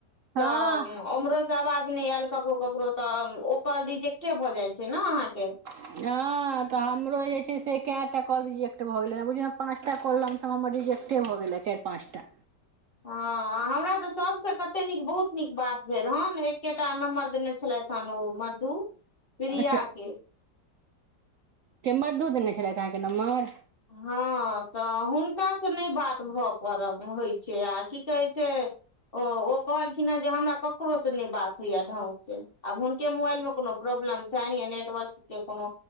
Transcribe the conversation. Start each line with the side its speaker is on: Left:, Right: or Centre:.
Right: हँ
Left: तऽ ओमहरो से आवाज नहि आयल ककरो ककरो तऽ ओ कॉल रिजेक्टे भऽ जाइ छै ने अहाँके
Right: हँ तऽ हमरो जे छै से कैटा कॉल रिजेक्ट भऽ गेलै बुझियौ ने पाँच टा कॉल लम सम तऽ हमर रिजेक्टे भऽ गेलै चारि पाँचटा
Left: हँ हमरा तऽ सभसँ कते नीक बहुत नीक बात भेल हन एकेटा नम्बर देने छलैथ मधु प्रियाके
Right: अच्छा के मधु देने छलैथ अहाँके नम्बर
Left: हँ तऽ हुनका से नहि बात भऽ पड़ल होइ छै आ की कहै छै ओ ओ कहलखिन हे जे हमरा ककरो से नहि बात होइयै ढंग से आब हुनके मोबाइल में कोनो प्रॉब्लम छै नेटवर्क के कोनो